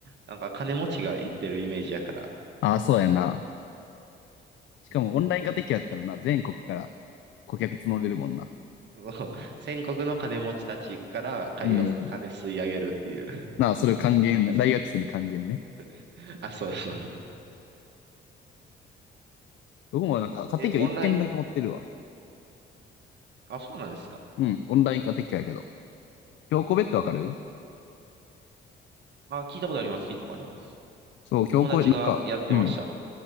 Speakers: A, on the right (about 60°); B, on the left (about 70°).
A: なんか金持ちが行ってるイメージやから。
B: ああ、そうやな。しかもオンライン化できやったらな、
A: うん。
B: 全国から顧客募れるもんな。
A: そう、全国の金持ちたちから金を、
B: うん。
A: 金吸い上げるっていう。
B: なあ、それ還元、大学生に還元ね。
A: <laughs> あ、そうそう。
B: 僕もなんか、家庭教一件だけ持ってるわ。
A: え、オンライン、あ、そうなんですか。
B: うん、オンライン家庭教やけど。教個別ってわかる
A: あ、聞いたことあります、聞いたことあります。
B: そう、教個、
A: 友達がやってました。
B: なんか、うん。